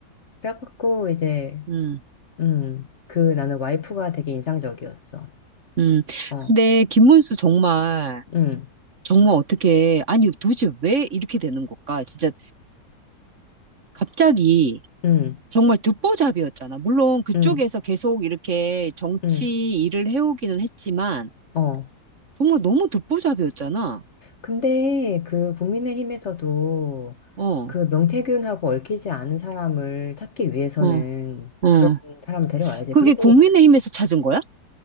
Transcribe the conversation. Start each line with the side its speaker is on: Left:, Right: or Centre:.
Left: 그래갖고 이제,
Right: 음.
Left: 음, 그 나는 와이프가 되게 인상적이었어.
Right: 음.
Left: 어,
Right: 근데 김문수 정말,
Left: 음,
Right: 정말 어떻게, 아니 도대체 왜 이렇게 되는 걸까? 진짜 갑자기
Left: 음,
Right: 정말 듣보잡이었잖아. 물론 그쪽에서
Left: 음,
Right: 계속 이렇게 정치
Left: 음,
Right: 일을 해오기는 했지만,
Left: 어.
Right: 정말 너무 듣보잡이었잖아.
Left: 근데 그 국민의힘에서도
Right: 어,
Left: 그 명태균하고 얽히지 않은 사람을 찾기 위해서는
Right: 어, 어.
Left: 사람을 데려와야지.
Right: 그게
Left: 그리고,
Right: 국민의힘에서 찾은 거야?